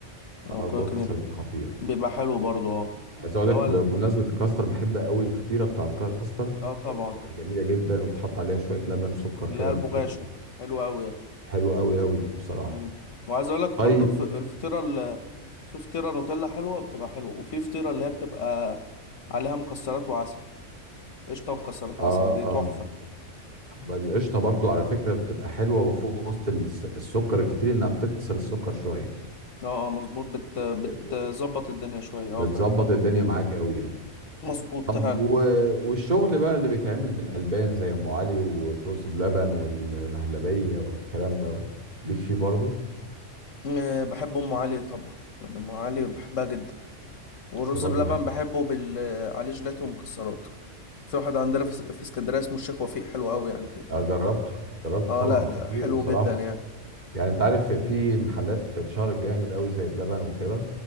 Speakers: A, on the right (about 35°); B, on the left (about 75°).
A: اه
B: او كده
A: جوه
B: كده
A: كاستر بيبقى خطير
B: بيبقى حلو برضو اه
A: عايز اقول
B: اللي
A: لك
B: هو
A: بمناسبه
B: ال...
A: الكاستر بحب قوي الفطيره بتاع الكاستر
B: اه طبعا
A: بتبقى جميله جدا وتحط عليها شويه لبن وسكر
B: اللي
A: كده
B: هي البغاشة
A: من فوق
B: حلوة اوي يعني.
A: حلوه قوي قوي بصراحه
B: مم. وعايز اقول لك
A: طيب
B: برضو الف... الفطيرة ال... في فطيرة نوتيلا حلوة بتبقى حلوة وفي فطيرة اللي هي بتبقى عليها مكسرات وعسل قشطة مكسرات عسل
A: اه
B: دي
A: اه
B: تحفة
A: القشطه برضو على فكره بتبقى حلوه وفوق وسط الس- السكر الكتير انها بتكسر السكر شويه
B: اه اه مظبوط بت... بتظبط
A: ب- ب-
B: الدنيا شوية اه
A: بتظبط
B: فعلا
A: الدنيا معاك قوي يعني
B: مظبوط
A: طب
B: فعلا
A: و... والشغل بقى اللي بيتعمل بالألبان زي أم علي والرز بلبن والمهلبية والكلام ده ليك فيه برضه
B: م- بحب ام علي طبعا يعني ام علي بحبها جدا والرز
A: أنا برضه
B: بلبن
A: بحب
B: بحبه بال عليه جيلاتي ومكسرات في واحد عندنا في, اس- في اسكندريه اسمه الشيخ وفيق حلو قوي يعني فيه
A: آه، جربته جربته
B: اه
A: طبعا
B: لا لا
A: خطير
B: حلو
A: بصراحة
B: جدا يعني
A: يعني أنت عارف في محلات اتشهرت جامد قوي زي بلبن وكده